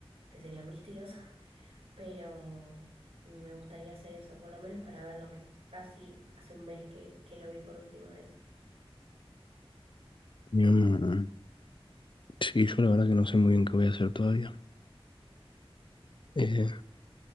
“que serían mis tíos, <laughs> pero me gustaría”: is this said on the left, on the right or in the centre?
Right